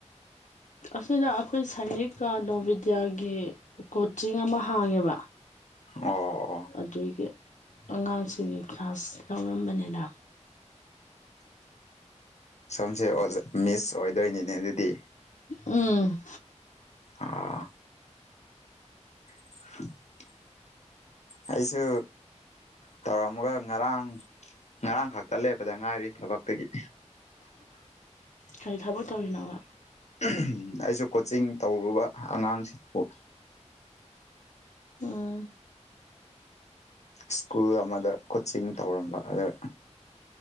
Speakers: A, on the left; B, on the left.
A: ꯑꯁꯤꯗ ꯑꯩꯈꯣꯏ ꯁꯥꯏꯅꯤꯛ ꯀꯥ ꯅꯣꯚꯤꯕꯤꯗ꯭ꯌꯥꯒꯤ ꯀꯣꯆꯤꯡ ꯑꯃ ꯍꯥꯡꯉꯦꯕ
B: ꯑꯣ ꯑꯣ
A: ꯑꯗꯨꯏꯒꯤ ꯑꯉꯥꯡꯁꯤꯡ ꯀ꯭ꯂꯥꯁ ꯂꯧꯔꯝꯕꯅꯦꯗ
B: ꯁꯝꯁꯦ ꯑꯣꯖꯥ ꯃꯤꯁ ꯑꯣꯏꯗꯣꯏꯅꯤꯅꯦ ꯑꯗꯨꯗꯤ
A: ꯎꯝ
B: ꯑꯥ <inaudible> ꯑꯩꯁꯨ ꯇꯧꯔꯝꯃꯥꯒ ꯉꯔꯥꯡ ꯉꯔꯥꯡ ꯈꯛꯇ ꯂꯦꯞꯄꯗ ꯉꯥꯏꯔꯤ ꯊꯕꯛꯇꯒꯤ
A: ꯀꯥꯔꯤ ꯊꯕꯛ ꯇꯧꯔꯤꯅꯣꯕ
B: ꯎꯝ ꯑꯩꯁꯨ ꯀꯣꯆꯤꯡ ꯇꯧꯔꯨꯕ ꯑꯉꯥꯡꯁꯤꯡꯕꯨ
A: ꯎꯝ
B: ꯁ꯭ꯀꯨꯜ ꯑꯃꯗ ꯀꯣꯆꯤꯡ ꯇꯧꯔꯝꯕ ꯑꯔꯥ